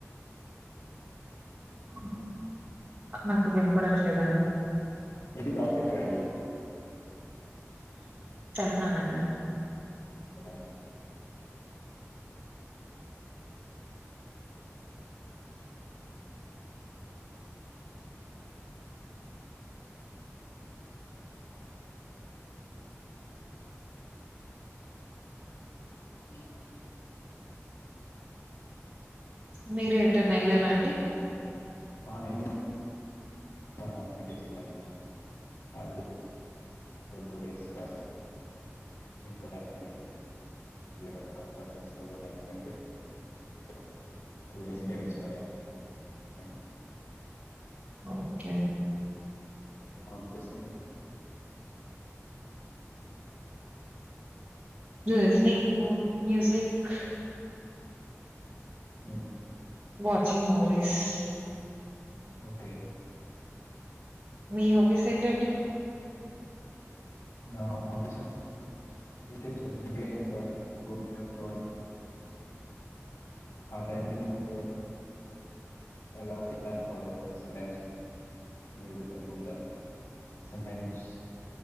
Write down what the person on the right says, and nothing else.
ఉమ్ నాకు వినపడట్లేదండి
తెలంగాణాన అండి
మీర ఎటైన ఎల్ ఆండీ
హుహు.
ఓకే
లిజెనింగ్ మ్యూజిక్
వాచింగ్ మూవీస్
మీ హాబీస్ ఏంటండి